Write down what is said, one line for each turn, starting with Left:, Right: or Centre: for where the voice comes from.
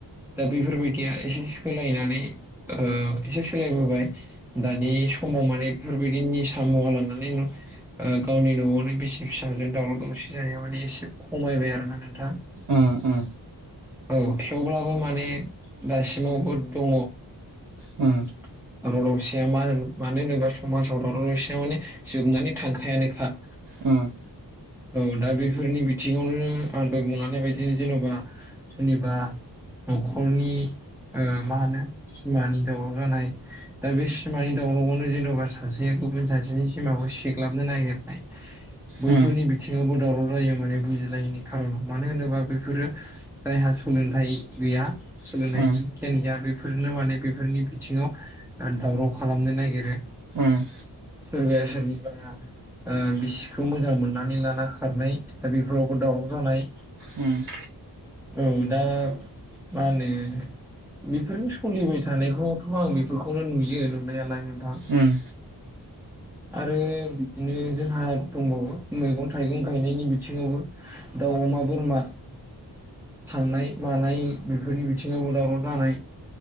Centre: दा बेफोरबायदिया एसे सोलायनानै ओ एसे सोलायबोबाय दानि समाव माने बेफोरबायदि निसा मुवा मोननानै <unintelligible> ओ गावनि न'आवनो बिसि फिसाजों दावराव दावसि जानायाव माने एसे खमायबाय आरोना नोंथां।
Right: ओ ओ
Centre: औ थेवब्लाबो माने दासिमावबो दङ।
Right: उम
Centre: दावराव दावसिया मा होन मानो होनोबा समाजाव दावराव दावसिया माने जोबनानै थांखायानोखा।
Right: उम
Centre: औ दा बेफोरनि बिथिङावनो आं दहाय बुंलानाय बायदिनो जेन'बा सोरनिबा न'खरनि ओ मा होनो सिमानि दावराव जानाय। दा बे सिमानि दावरावावनो जेन'बा सासे गुबुन सासेनि सिमाखौ सेग्लाबनो नागिरनाय। बैफोरनि
Right: उम
Centre: बिथिङावबो दावराव जायो माने बुजिलायैनि खारनाव। मानो होनोबा बैफोरो जायहा सोलोंथाइ गैया सोलोंथाइनि
Right: उम
Centre: गियान गैया बेफोरनो माने बेफोरनि बिथिङाव ओ दावराव खालामनो नागिरो।
Right: उम
Centre: सोरबाया सोरनिबा ओ बिसिखौ मोजां मोननानै लाना खारनाय। दा बेफोराव दावराव जानाय
Right: उम
Centre: उम दा मा होनो? बेफोरनो सोलिबाय थानायखौथ' आं बेफोरखौनो नुयो नुनायालाय उम।
Right: उम
Centre: आरो बिदिनो जोंहा दंबावो। मैगं थाइगं गायनायनि बिथिङावबो दा दाव, अमा, बोरमा थांनाय मानाय बेफोरनि बिथिङावबो दावराव जानाय